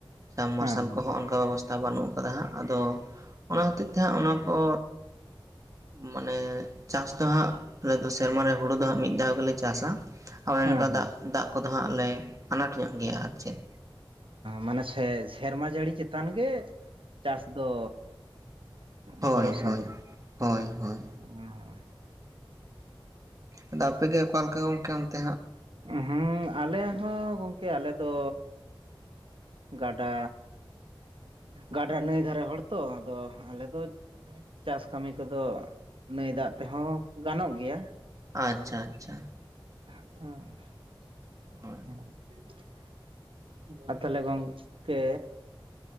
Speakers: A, on the right (about 35°); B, on the right (about 70°).
A: ᱥᱟᱵ ᱢᱟᱨᱥᱟᱞ
B: ᱦᱮᱸ
A: ᱠᱚᱦᱚᱸ ᱚᱱᱠᱟ ᱵᱮᱵᱚᱥᱛᱷᱟ ᱵᱟᱹᱱᱩᱜ ᱠᱟᱫᱟ ᱦᱟᱸᱜ ᱟᱫᱚ ᱚᱱᱟ ᱦᱚᱛᱮᱡ ᱛᱮ ᱦᱟᱸᱜ ᱚᱱᱟ ᱠᱚ ᱢᱟᱱᱮ ᱪᱟᱥ ᱫᱚ ᱦᱟᱸᱜ ᱟᱞᱮ ᱫᱚ ᱥᱮᱨᱢᱟ ᱨᱮ ᱦᱩᱲᱩ ᱫᱚ ᱦᱟᱸᱜ ᱢᱤᱫ ᱫᱷᱟᱣ ᱜᱮᱞᱮ ᱪᱟᱥᱟᱜ ᱦᱳᱭ
B: ᱦᱮᱸ
A: ᱱᱚᱝᱠᱟ
B: ᱦᱮᱸ
A: ᱫᱟᱜ ᱫᱟᱜ ᱠᱚᱫᱚ ᱦᱟᱸᱜ ᱞᱮ ᱟᱱᱟᱴ ᱧᱚᱜ ᱜᱮᱭᱟ ᱟᱨ ᱪᱮᱫ
B: ᱢᱟᱱᱮ ᱥᱮ ᱥᱮᱨᱢᱟ ᱡᱟᱹᱲᱤ ᱪᱮᱛᱟᱱ ᱜᱮ ᱪᱟᱥ ᱫᱚ
A: ᱦᱳᱭ
B: ᱵᱷᱚᱨᱚᱥᱟ
A: ᱦᱳᱭ
B: ᱜᱮ
A: ᱦᱳᱭ ᱦᱳᱭ
B: <inaudible>
A: ᱟᱫᱚ ᱟᱯᱮ ᱜᱮ ᱚᱠᱟᱞᱮᱠᱟ ᱜᱚᱝᱠᱮ ᱚᱱᱛᱮ ᱦᱟᱜ
B: ᱦᱮᱸ ᱟᱞᱮ ᱦᱚᱸ ᱜᱚᱝᱠᱮ ᱟᱞᱮ ᱫᱚ ᱜᱟᱰᱟ ᱜᱟᱰᱟ ᱱᱟᱹᱭ ᱫᱷᱟᱨᱮ ᱦᱚᱲ ᱛᱚ ᱟᱫᱚ ᱟᱞᱮ ᱫᱚ ᱪᱟᱥ ᱠᱟᱹᱢᱤ ᱠᱚᱫᱚ ᱱᱟᱹᱭ ᱫᱟᱜ ᱛᱮᱦᱚᱸ ᱜᱟᱱᱚᱜ ᱜᱮᱭᱟ
A: ᱟᱪᱪᱷᱟ ᱟᱪᱪᱷᱟ
B: ᱦᱮ <inaudible>
A: ᱦᱳᱭ
B: ᱟᱨ ᱛᱟᱦᱚᱞᱮ ᱜᱚᱝᱠᱮ